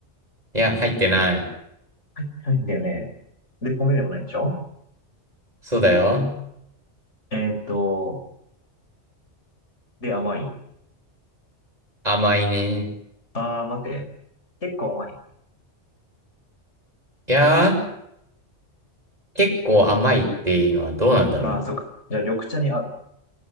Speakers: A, on the right; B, on the left.
A: いや、入ってない。
B: 入ってないんだよね。で、米でもないんでしょ
A: そうだよ。
B: えーっと、で、甘い。
A: 甘いね。
B: あー、待って。結構甘い。
A: いやー、結構甘いっていうのはどうなんだろう。
B: まあ、そっか。じゃあ、緑茶に合う。